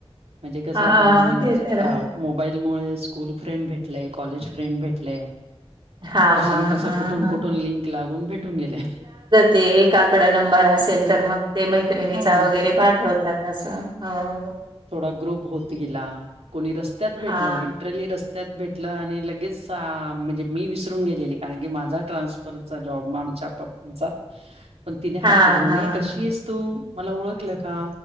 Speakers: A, on the right; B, on the right.
A: म्हणजे कसं
B: हा
A: आता आ्च
B: ते तर आहे.
A: आव. मोबाईल मुळे स्कूल फ्रेंड भेटले कॉलेज फ्रेंड भेटले.
B: हा
A: कसन कस
B: हा
A: कुठून
B: हा
A: कुठून लिंक लागून भेटून गेले.
B: ते एकाकडे नंबर असेल तर मग ते मैत्रिणीचा
A: हा
B: वगैरे पाठवतात असं. हो.
A: थोडा ग्रुप होत गेला कोणी रस्त्यात
B: हा
A: भेटला लिटरली रस्त्या''--'' त्यात भेटलं आणि लगेच म्हणजे मी विसरून गेलेली कारण की माझा ट्रान्स''--'' फरचा जॉब आमच्या पप्पूचा.
B: <inaudible>
A: पण तिने हात पकडून
B: हा
A: ये कशी
B: हा
A: आहेस तू मला ओळखलं का.